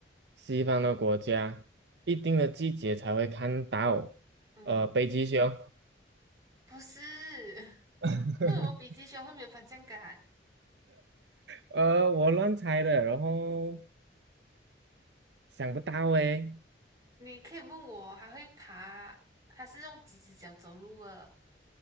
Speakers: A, on the right (about 70°); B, on the right (about 20°).
A: 西方的国家一定的季节才会看到，
B: 嗯。
A: 呃，北极熊，
B: 不是，
A: <laughs>
B: 因为我比鸡胸会没有方向感。
A: 呃，我乱猜的，然后想不到诶。
B: 你可以问我，还会爬，它是用几只脚走路的？